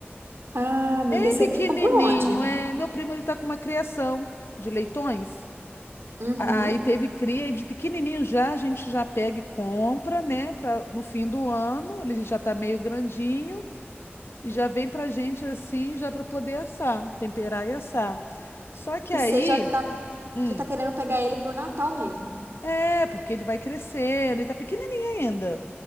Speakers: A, on the right; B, on the left.
A: Ah, amiga,
B: Bem
A: você,
B: pequenininho,
A: você comprou onde?
B: é. Meu primo, ele tá com uma criação de leitões.
A: Uhum.
B: A- Aí teve cria e de pequenininho já a gente já pega e compra, né? Pra, no fim do ano, ele já tá meio grandinho e já vem pra gente assim, já pra poder assar, temperar e assar. Só que
A: E
B: aí,
A: você já tá,
B: hum,
A: já tá querendo pegar ele pro Natal mesmo?
B: é, porque ele vai crescendo, ele tá pequenininho ainda.